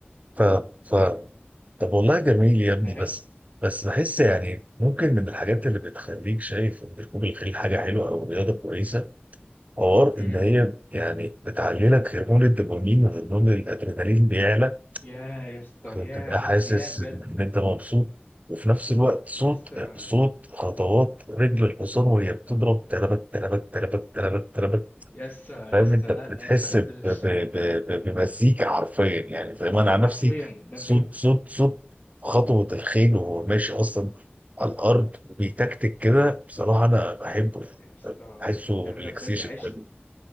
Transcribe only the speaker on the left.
فاهم
مم.
يا يا اسطى
يا
يا بجد
يا اسطى
يا اسطى يا
اسطى
لا
لا يا اسطى بجد
مش
حرفيا ده
بجد
يا اسطى
ده
ده بجد عشق